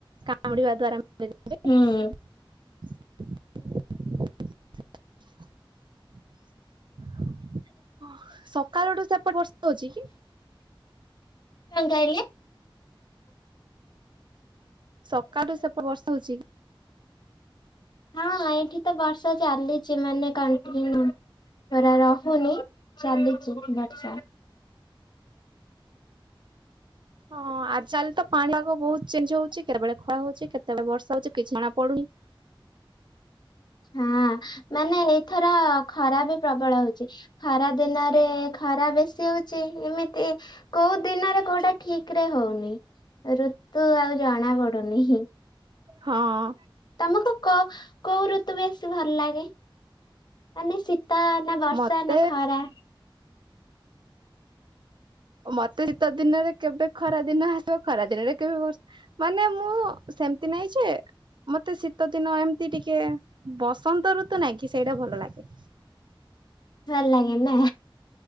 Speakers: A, on the right; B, on the left.
A: କାମୁଡିବା ଦ୍ଵାରା। <unintelligible>
B: ହୁଁ।
A: ସକାଳଠୁ ସେପଟ ବର୍ଷା ହଉଛି କି?
B: କଣ କହିଲେ?
A: ସକାଳଠୁ ସେପ ବର୍ଷଉଚଛି।
B: ହଁ ଏଇଠି ତ ବର୍ଷା ଚାଲିଛି ମାନେ କଣ୍ଟିନ୍ୟୁ। ପରା ରହୁନି ଚାଲିଚି ବର୍ଷା।
A: ହଁ ଆଚଲ୍ ତ ପାଣିପାଗ ବହୁତ ଚେଞ୍ଜ ହଉଛି କେତେବେଳେ ଖରା ହଉଛି କେତେବେଳେ ବର୍ଷା ହଉଛି କିଛି ଜଣା ପଡୁନି।
B: ହଁ ମାନେ ଏଇଥର ଖରା ବି ପ୍ରବଳ ହଉଛି। ଖରା ଦିନରେ ଖରା ବେଶୀ ହଉଛି ଏମିତି କୋଉ ଦିନରେ କୋଉଟା ଠିକ ରେ ହଉନି ଋତୁ ଆଉ ଜଣା ପଡୁନି।
A: ହଁ।
B: ତମକୁ କୋ କୋଉ ଋତୁ ବେଶୀ ଭଲ ଲାଗେ? ମାନେ ଶୀତ ନା ବର୍ଷା
A: ମତେ
B: ନା ଖରା।
A: ମତେ ଶୀତ ଦିନରେ କେବେ ଖରା ଦିନ ଆସିବ ଖରା ଦିନରେ କେବେ ବର୍ଷା ମାନେ ମୁଁ ସେମିତି ନାଇଁ ଯେ ମତେ ଶୀତ ଦିନ ଏମିତି ଟିକେ ବସନ୍ତ ଋତୁ ନାଇଁ କି ସେଇଟା ଭଲ ଲାଗେ।
B: ଭଲ ଲାଗେ ନା।